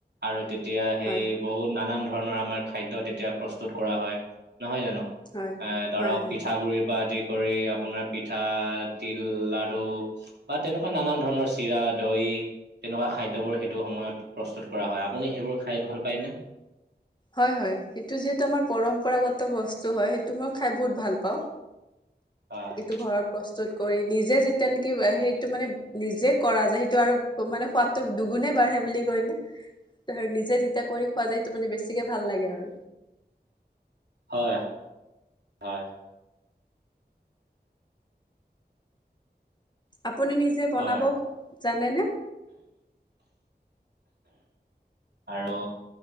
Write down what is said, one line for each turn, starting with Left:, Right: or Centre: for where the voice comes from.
Right: আৰু তেতিয়া সেই।
Left: হয়
Right: বহুত নানান ধৰণৰ আমাৰ খাদ্য যেতেতিয়া প্ৰস্তুত কৰা হয় নহয় জানো।
Left: হয়
Right: এ ধৰক
Left: হয় হয়
Right: পিঠা গুৰি বা আদি। কৰি আপোনাৰ পিঠা, তিল, লাডু। বা তেনেকুৱা নানান ধৰণৰ চিৰা, দৈ। তেনেকুৱা খাদ্যবোৰ সেইটো সময়ত প্ৰস্তুত কৰা হয় আপুনি সেইবোৰ খাই ভাল পায়নে।
Left: হয় হয় সেইটো যিহেতু আমাৰ পৰম্পৰাগত বস্তু হয় সেইটো মই খাই বহুত ভাল পাওঁ।
Right: হয়
Left: এইটো ঘৰত প্ৰস্তুত কৰি নিজে যেতিয়া নেকি হেৰিটো মানে। নিজে কৰা যায় সেইটো আৰু। ত মানে সোৱাদটো দুগুণে বাঢ়ে বুলি কয় ন নিজে যেতিয়া কৰি খোৱা যায় সেইটো মানে। গতিকে ভাল লাগে আৰু।
Right: হয় হয়।
Left: আপুনি নিজে বনাব
Right: হয়
Left: জানেনে।
Right: আৰু।